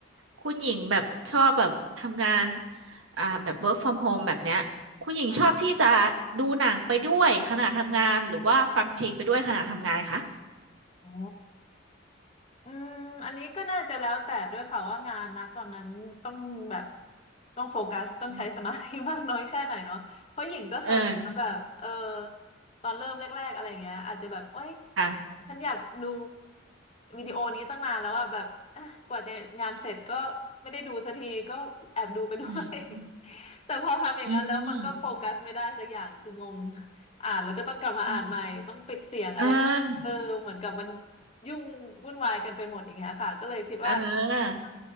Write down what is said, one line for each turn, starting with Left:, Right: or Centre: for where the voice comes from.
Right: คุณหญิงแบบชอบแบบทำงานอ่าแบบ work from home แบบเนี้ยคุณหญิงชอบที่จะ
Left: ค่ะ
Right: ดูหนังไปด้วยขณะทำงานหรือว่าฟังเพลงไปด้วยขณะทำงานคะ
Left: โอ้ อืมอันนี้ก็น่าจะแล้วแต่ด้วยค่ะว่างานนะตอนนั้นต้องแบบต้องโฟกัสต้องใช้สมาธิมากน้อยแค่ไหนเนาะเพราะหญิงก็เคยแบบเออ
Right: อืมเออ
Left: ตอนเริ่มแรกๆอะไรเงี้ยอาจจะแบบโอ๊ย
Right: ค่ะ
Left: ฉันอยากดูวิดีโอนี้ตั้งนานแล้วอะแบบอ่ะกว่าจะงานเสร็จก็ไม่ได้ดูสักทีก็แอบดูไปด้วย
Right: อืม
Left: <laughs> แต่พอทำอย่างนั้นแล้วมันก็โฟกัสไม่ได้สักอย่างคืองง
Right: อืม
Left: อ่านแล้วก็ต้องกลับมาอ่านใหม่ต้องปิดเสียงอะไร
Right: อืมเออ
Left: เออเหมือนกับมัน ยุ่งวุ่นวายกันไปหมดอย่างเงี้ยค่ะก็เลยคิดว่า
Right: เออ
Left: เออ